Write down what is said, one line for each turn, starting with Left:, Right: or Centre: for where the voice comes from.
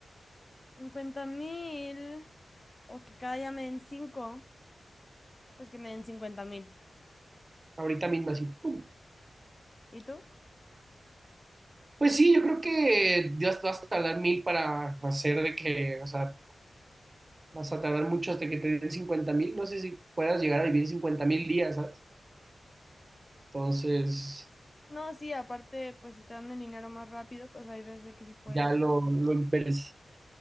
Left: cincuenta mil o que cada día me den cinco pues que me den cincuenta mil.
Right: Ahorita mismo así. ¡pum!
Left: ¿Y tú?
Right: Pues sí, yo creo que ya vas a tardar mil para hacer de que, o sea, Vas a tardar mucho hasta que te den cincuenta mil. No sé si puedas llegar a vivir cincuenta mil días, ¿sabes? Entonces,
Left: No, sí, aparte, pues si te dan el dinero más rápido, pues hay veces que sí puedes.
Right: ya lo, lo, emperes-